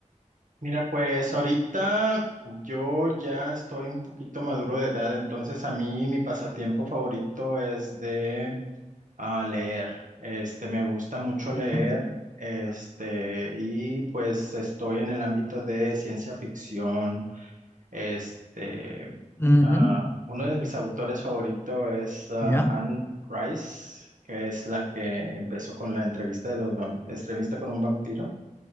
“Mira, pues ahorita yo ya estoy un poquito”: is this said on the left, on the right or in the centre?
Right